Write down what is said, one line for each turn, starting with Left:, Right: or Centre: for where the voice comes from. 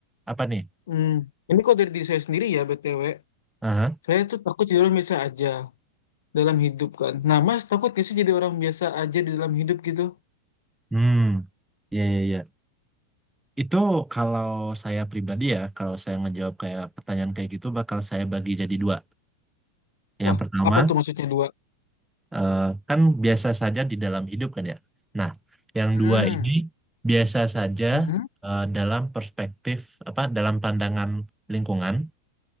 Centre: apa nih?
Left: Hmm, ini kok dari diri saya sendiri ya BTW.
Centre: Aha.
Left: Saya tuh takut jadi orang biasa aja dalam hidup kan. Nah Mas, takut nggak sih jadi orang biasa aja di dalam hidup gitu?
Centre: Hmm, ya ya ya. Itu kalau saya pribadi ya, kalau saya ngejawab kayak pertanyaan kayak gitu, bakal saya bagi jadi dua. Yang
Left: Wah,
Centre: pertama,
Left: apa tuh maksudnya dua?
Centre: eh, kan biasa saja di dalam hidup kan ya. Nah, yang
Left: Hmm,
Centre: dua ini biasa saja
Left: hmm.
Centre: eh, dalam perspektif apa? Dalam pandangan lingkungan.